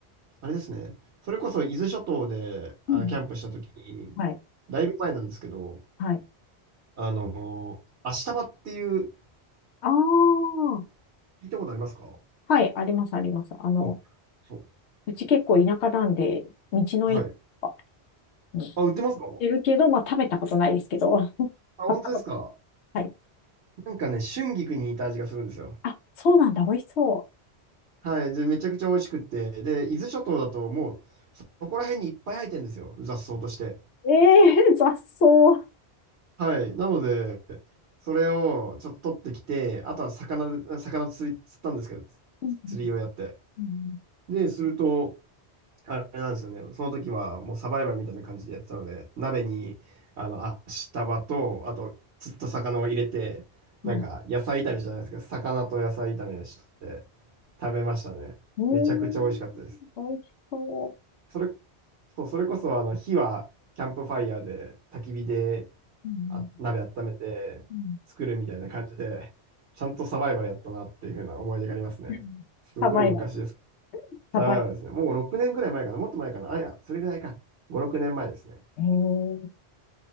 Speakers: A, on the right; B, on the left.
A: あれですね、それこそ伊豆諸島であキャンプした時に、
B: うん。はい。
A: だいぶ前なんですけど、
B: はい。
A: あのー、タバっていう、
B: ああ。
A: 聞いたことありますか
B: はい、あります、あります。あの、
A: お、そう。
B: うち結構田舎なんで、道の駅とか
A: はい。
B: に行っ
A: あ、売ってますかあ、
B: てるけど、まあ食べたことないですけど、<laughs>
A: 本当ですか
B: 買ったこと。はい。
A: なんかね、春菊に似た味がするんですよ。
B: あ、そうなんだ、美味しそ
A: はい。で、めちゃくちゃ美味しくって、で、伊豆諸島だともう、そそこら辺にいっぱい生えてるんですよ、雑草として。
B: う。ええー、<laughs> 雑草。う
A: はい。なので、それをちょっと取ってきて、あとは魚で、魚釣り、釣ったんですけど、
B: ん
A: 釣りをやって。
B: うん
A: で、すると、あれなんですよね。その時はもうサバイバルみたいな感じでやってたので、鍋に、あの、足束と、あと、釣った魚を入れて、なんか、
B: うん
A: 野菜炒めじゃないですか。魚と野菜炒めして、食べましたね。
B: うーん、
A: めちゃくちゃ美味しかったです。
B: 美味しそ
A: それ、そう、それこそ、あの、火は、キャンプファイヤーで、焚き火で、
B: う。うん、
A: あ、鍋温めて作るみたいな感じで、
B: うん、
A: ちゃんとサバイバルやったなっていうふうな思い出がありますね。
B: うんサバイバル、
A: すごい昔です。
B: サバイバル。
A: サバイバルですね。もう6年ぐらい前かな。もっと前かな。あ、いや、それぐらいか。5、6年前ですね。
B: ええ